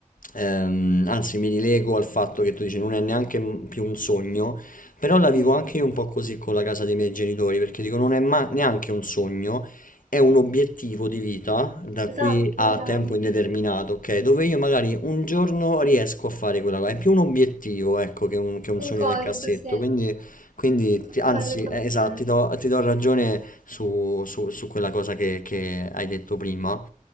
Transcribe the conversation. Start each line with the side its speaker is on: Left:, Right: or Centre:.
Left: ehm, anzi mi rilego al fatto che tu dici non è neanche m- più un sogno, però la
Right: Mh-mh.
Left: vivo anche io un po' così con la casa dei miei genitori, perché dico non è ma- neanche un sogno, è un obiettivo di vita da qui
Right: Esatto,
Left: a
Right: brava.
Left: tempo indeterminato, ok? Dove io magari un giorno riesco a fare quella cosa, è più un obiettivo, ecco, che un, che un
Right: Concordo,
Left: sogno nel cassetto,
Right: sì.
Left: quindi, quindi
Right: Concordo
Left: ti- anzi,
Right: con
Left: eh, esatto,
Right: te.
Left: ti do ti do ragione su, su- su quella cosa che, che hai detto prima.